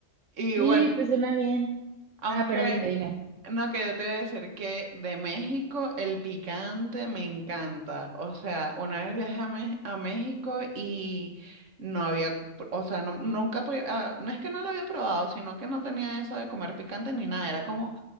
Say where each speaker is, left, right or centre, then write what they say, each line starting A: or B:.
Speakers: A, on the right; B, on the right.
A: Y
B: Sí,
A: bueno,
B: pues suena bien.
A: Aunque,
B: Ah, pero dime, dime.
A: no, que yo te iba a decir que de México el picante me encanta. O sea, una vez viajé a, Mex- a México y no había, pr- o sea, no, nunca, pr- ah, no es que no lo había probado, sino que no tenía eso de comer picante ni nada. Era como